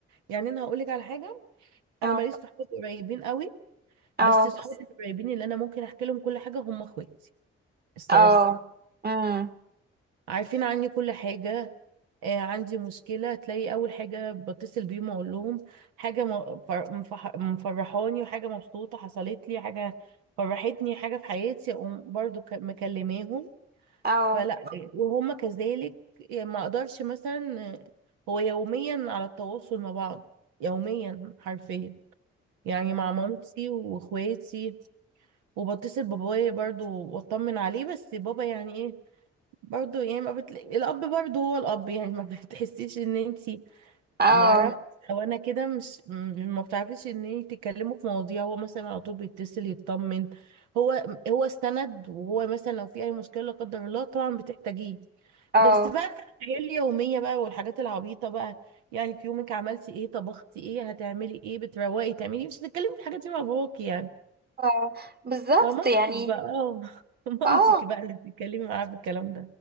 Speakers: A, on the right (about 85°); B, on the right (about 35°).
A: يعني انا هقول لك على حاجه انا
B: اه
A: ماليش صحاب قريبين قوي
B: اه
A: بس صحابي القريبين اللي انا ممكن احكي لهم كل حاجه هم اخواتي الصراحة
B: اه امم
A: عارفين عني كل حاجة آه عندي مشكلة تلاقي أول حاجة بتصل بيهم أقول لهم حاجة م- فر- مفح- مفرحاني وحاجة مبسوطة حصلت لي حاجة فرحتني حاجة في حياتي أقوم برضو ك- مكلماهم
B: اه
A: فلا وهم كذلك يعني ما أقدرش مثلا آه، هو يوميا على التواصل مع بعض يوميا حرفيا يعني مع مامتي واخواتي وبتصل بابايا برضو واطمن عليه بس بابا يعني إيه، برضه يعني ما بتلاقي الاب برضه هو الاب يعني ما <laughs> بتحسيش ان انتي
B: اه اه
A: معرفش او انا كده مش م- ما بتعرفيش ان انتي تتكلموا في مواضيع هو مثلا على طول بيتصل يطمن هو هو استند وهو مثلا لو في اي مشكله لا قدر الله طبعا بتحتاجيه
B: آه.
A: بس بقى في الحياه اليوميه بقى والحاجات العبيطه بقى يعني في يومك عملتي ايه طبختي ايه هتعملي ايه بتروقي تعملي إيه؟ مش هتتكلمي في الحاجات دي مع باباكي يعني
B: آه، بالظبط
A: فمامتك
B: يعني
A: بقى اه <laughs> مامتك
B: اه
A: بقى اللي بتتكلمي معاها في الكلام